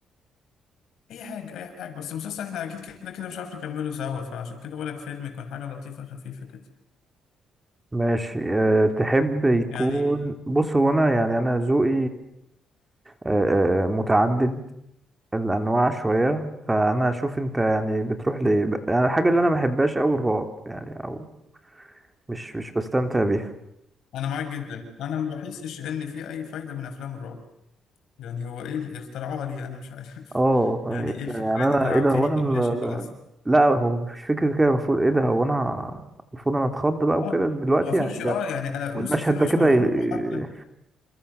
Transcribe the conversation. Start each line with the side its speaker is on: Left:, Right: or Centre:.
Left: اي حاجه اي حاجه بس المسلسل احنا اكيد كده كده مش عارف نكمله سوا فعشان كده بقولك فيلم يكون حاجه لطيفه خفيفه كده
Right: ماشي أه... تحب يكون
Left: يعني
Right: بص هو انا يعني انا ذوقي أه... آه، متعدد الانواع شويه فانا هشوف انت يعني بتروح ليه ب- يعني الحاجه اللي انا ما بحبهاش قوي الرعب يعني او مش مش بستمتع بيها
Left: انا معاك جدا انا ما بحسش ان في اي فايده من افلام الرعب يعني هو ايه اللي اخترعوها ليه انا مش عارف
Right: اه
Left: <laughs>
Right: يعني
Left: يعني
Right: إيه
Left: ايه الفكره
Right: ده؟ يعني انا
Left: اللي انت لعبتني
Right: ايه ده هو انا
Left: طب ماشي
Right: ال-
Left: خلاص
Right: ال- لا هو مش فكره كده المفروض ايه ده هو انا المفروض انا اتخض بقى وكده
Left: اه
Right: دلوقتي
Left: ما فيش
Right: يعني ده
Left: اه يعني انا
Right: والمشهد
Left: نص الفيلم
Right: ده
Left: مش
Right: كده
Left: مرعوب
Right: ي-
Left: وحتى